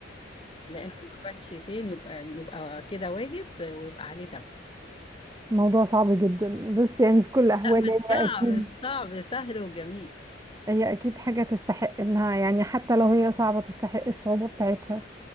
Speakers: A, on the left; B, on the right.
A: لأنه ما باتش فين يبقى يبقى كده واجب ويبقى عليه دم
B: الموضوع صعب جدا بس يعني في كل الاحوال
A: لا مش
B: هي
A: صعب
B: اكيد
A: مش صعب سهل وجميل
B: هي اكيد حاجة تستحق انها يعني حتى لو هي صعبة تستحق الصعوبة بتاعتها